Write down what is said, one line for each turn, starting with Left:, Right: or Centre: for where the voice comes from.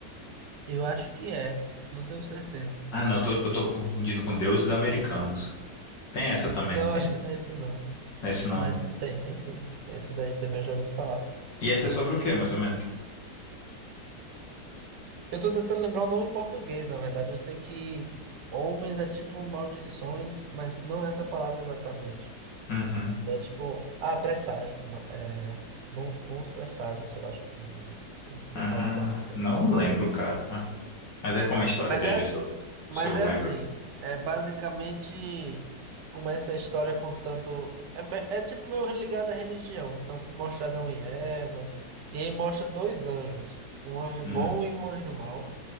Right: Eu acho que é, não tenho certeza.
Left: Ah, não, eu tô, eu tô confundindo com Deuses Americanos. Tem essa também,
Right: Não,
Left: não tem?
Right: acho que não é esse não.
Left: Esse não,
Right: Mas
Left: né?
Right: tem, tem sim. Esse daí também eu já ouvi falar.
Left: E essa é sobre o quê, mais ou menos?
Right: Eu tô tentando lembrar o nome em português, na verdade. Eu sei que homens é tipo maldições, mas não é essa palavra exatamente.
Left: Uhum.
Right: É tipo, ah, presságio. É, bom- bons presságios, eu acho que é o nome disso. Eu vou
Left: Ah,
Right: dar essa também sério
Left: não
Right: em português.
Left: lembro, cara. Mas é como é a história,
Right: Mas
Left: veja
Right: é
Left: se eu,
Right: Mas
Left: se eu
Right: é
Left: lembro.
Right: assim, é basicamente começa a história contando. É, me- é tipo meio ligado à religião. Então mostra Adão e Eva. E aí mostra dois anjos, um anjo
Left: Hum,
Right: bom e um anjo mau.